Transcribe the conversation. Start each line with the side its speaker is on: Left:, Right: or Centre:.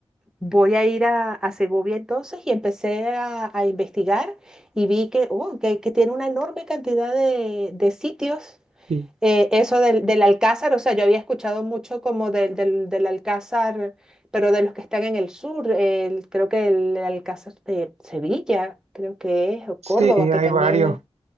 Centre: voy a ir a, a Segovia entonces y empecé a, a investigar y vi que, oh, que, que tiene una enorme cantidad de, de sitios
Right: sí.
Centre: eh, eso del, del Alcázar, o sea, yo había escuchado mucho como del, del, del Alcázar, pero de los que están en el sur, el- creo que el, Alcázar de Sevilla, creo que es, o Córdoba,
Right: Sí,
Centre: que
Right: hay
Centre: también
Right: varios.
Centre: es.